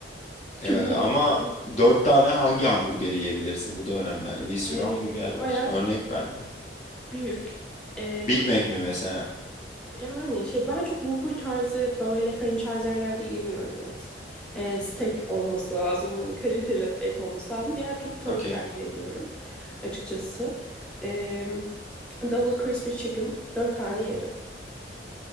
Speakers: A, on the left (about 40°); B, in the centre.
A: Ee,
B: Çok
A: ama
B: utanıyorum.
A: dört tane hangi hamburgeri yiyebilirsin? Bu da önemli. Hani bir sürü
B: E,
A: hamburger var.
B: bayağı
A: Örnek ver bana.
B: büyük. E,
A: Big Mac mi mesela?
B: Yani şey ben çok Whopper tarzı böyle franchise yerlerde yemiyorum et. Ee, steak olması lazım. Hani kaliteli et olması lazım. Diğer türlü tavuk
A: Okey.
B: tercih ediyorum açıkçası. Ee, Double Crispy Chicken dört tane yerim.